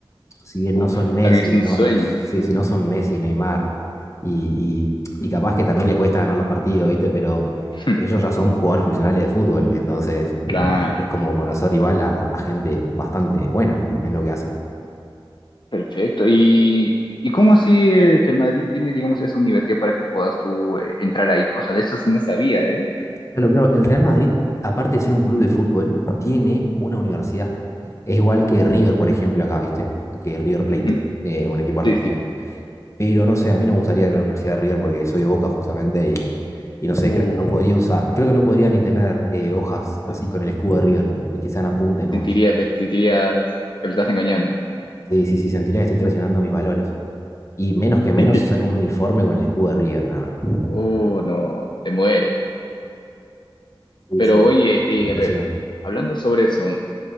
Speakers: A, on the left (about 35°); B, on the left (about 60°).
A: si bien
B: Uf,
A: no son Messi,
B: también es un
A: no,
B: sueño.
A: sí, si
B: Sí,
A: no son Messi, Neymar, y, y, y capaz que también le cuesta ganar los partidos, ¿viste? Pero
B: <laughs>
A: ellos ya son jugadores profesionales de fútbol, entonces
B: claro,
A: es como conocer igual a, a gente bastante buena en lo que hacen.
B: perfecto. ¿Y, y cómo así eh, que el Madrid tiene, digamos, esa universidad para que puedas tú eh, entrar ahí? O sea, de eso sí no sabía, ¿eh?
A: Claro, claro, el Real Madrid, aparte de ser un club de fútbol, tiene una universidad. Es igual que River,
B: Uf,
A: por ejemplo, acá, ¿viste? Que River Plate,
B: ujú,
A: eh, un equipo argentino.
B: Sí, sí.
A: Pero no sé, a mí no me gustaría ir a la Universidad de River porque soy de Boca justamente y, y no sé,
B: Uh,
A: creo que no podría usar, creo que no podría ni tener eh, hojas así
B: te,
A: con el escudo de River y que sean apuntes
B: te
A: nomás.
B: sentirías, te sentirías que lo estás engañando.
A: Sí, sí, sí, sentiría que estoy traicionando mis valores. Y menos que menos
B: <laughs>
A: usar un uniforme con el escudo de River, nada.
B: Oh, no, te mueres.
A: Sí,
B: Pero
A: sí,
B: oye,
A: decime.
B: eh, a ver, hablando sobre eso,